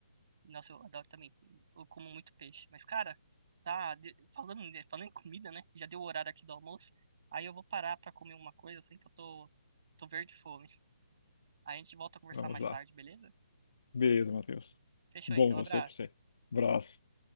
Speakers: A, on the right; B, on the left.
A: Nossa, eu adoro também. Eu como muito peixe. Mas, cara, tá de- falando, falando em comida, né? Já deu o horário aqui do almoço. Aí eu vou parar pra comer uma coisa assim que eu tô, tô verde de fome. A gente volta a conversar
B: Vamos
A: mais
B: lá.
A: tarde, beleza?
B: Beleza, Matheus.
A: Fechou
B: Bom
A: então, abraço.
B: você, pra você. Abraço.